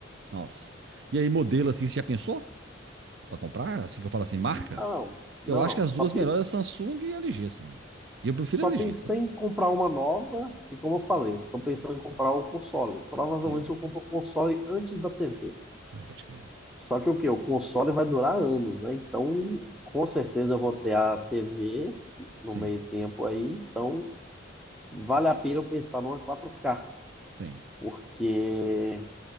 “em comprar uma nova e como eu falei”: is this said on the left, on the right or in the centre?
Centre